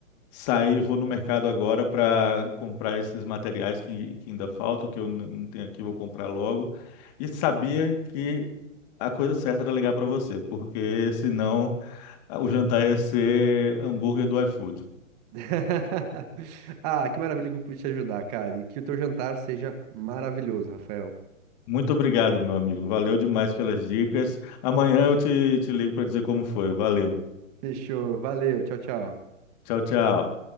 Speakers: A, on the left; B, on the right.
A: sair, vou no mercado agora para comprar esses materiais que, que ainda faltam, que eu n- não tenho aqui, vou comprar logo. E sabia que a coisa certa era ligar para você, porque senão ah, o jantar ia ser hambúrguer do iFood.
B: <laughs> Ah, que maravilha que eu pude te ajudar, cara. E que o teu jantar seja maravilhoso, Rafael.
A: Muito obrigado, meu amigo. Valeu demais pelas dicas. Amanhã eu te, te ligo para dizer como foi. Valeu.
B: Fechou. Valeu. Tchau, tchau.
A: Tchau, tchau.